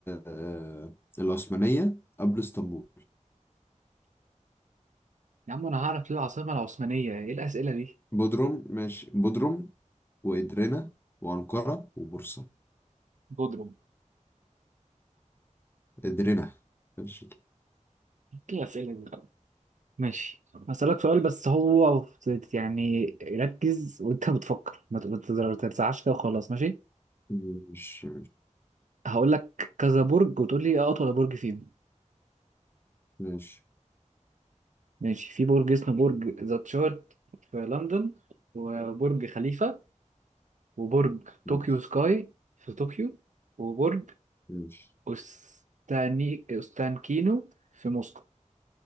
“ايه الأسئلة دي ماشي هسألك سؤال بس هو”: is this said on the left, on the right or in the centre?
Right